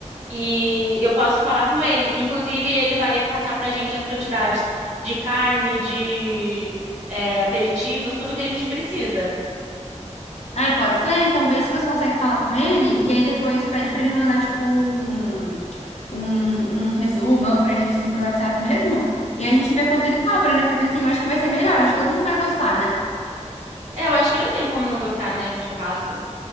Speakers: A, on the right; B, on the left.
A: E eu posso falar com ele. Inclusive, ele vai passar pra gente as quantidades de carne, de é, aperitivos, tudo que a gente precisa.
B: Ah, pode ser? Então vê se você consegue falar com ele e aí depois pede pra ele mandar, tipo, um. um, um resumão pra gente, assim, pro WhatsApp mesmo. E a gente vê quanto ele cobra, né? Porque, assim, eu acho que vai ser melhor. Acho que todo mundo vai gostar, né?
A: É, eu acho que não tem como não gostar, né? Churrasco.